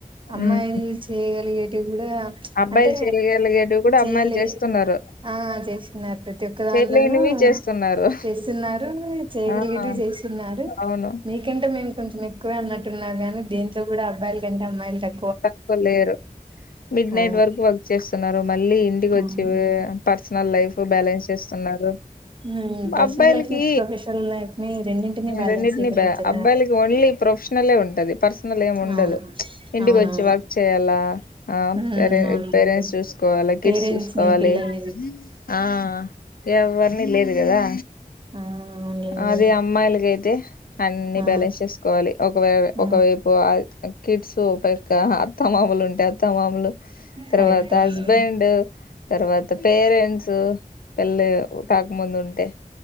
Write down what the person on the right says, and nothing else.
అమ్మాయిలు
చేయగలిగే కూడా
అంటే
చెయలే,
ఆ చేస్తున్నారు ప్రతి ఒక్క దానిలోనూ
చేస్తున్నారు. చేయగలిగేటివి
చేస్తున్నారు
మీకంటే మేము కొంచం ఎక్కువే నట్టు ఉన్నారు దేంట్లో కూడా అబ్బాయిల్ ఈ లాంటి అమ్మాయి తక్కువే
ఆ
అవును
ఉమ్ పర్సనల్
లైఫ్ ని ప్రొఫెషనల్ లైఫ్ ని రెండింటిని బ్యాలెన్స్
చేయగలుగుతున్నారు
అవును
అవునవును
ఉమ్
అవునండి
పేరెంట్స్
ని పిల్లల్ని
ఆ అవునండి
ఆ
ఆ
కరెక్ట్ అండి